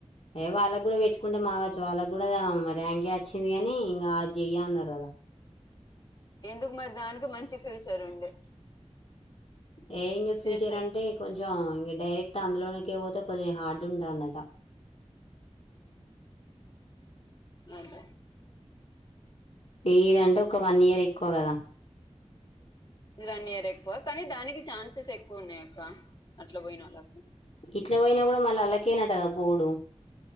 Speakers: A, on the left (about 65°); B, on the left (about 40°).
A: ఎ వాళ్ళకి కూడా పెట్టుకుంటే మాగచ్చు వాళ్ళకి కూడా ర్యాంకే వచ్చింది గానీ ఇంగ అది చెయ్య అన్నారు కదా
B: ఎందుకు మరి దానికి మంచి ఫ్యూచర్ ఉండే
A: ఏ ఇంగ ఫ్యూచర్
B: చేస్తే
A: అంటే కొంచెం ఇంగ డైరెక్ట్ అందులోనీకె పోతే కొద్దిగా హార్డుంటంది అట
B: అదే
A: ఇదంటే ఒక వన్ ఇయర్ ఎక్కువ కదా
B: ఇది వన్ ఇయర్ ఎక్కువ కానీ దానికి ఛాన్సెస్ ఎక్కువ ఉన్నాయి అక్క అట్లా పోయిన వాళ్ళకు
A: ఇట్లా పోయినా కూడా మళ్ళీ అల్లకెనంటగా పోవుడు